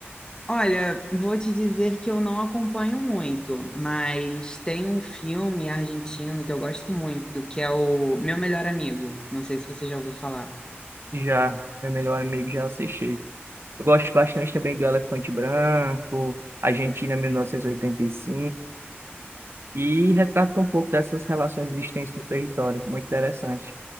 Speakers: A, on the left (about 20°); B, on the right (about 65°).
A: Olha, vou te dizer que eu não acompanho muito, mas tem um filme argentino que eu gosto muito, que é o Meu Melhor Amigo. Não sei se você já ouviu falar.
B: Já, meu melhor amigo já assisti. Eu gosto bastante também do Elefante Branco, Argentina 1985, e oitenta e cinco, e retrata um pouco dessas relações existentes no território. Muito interessante.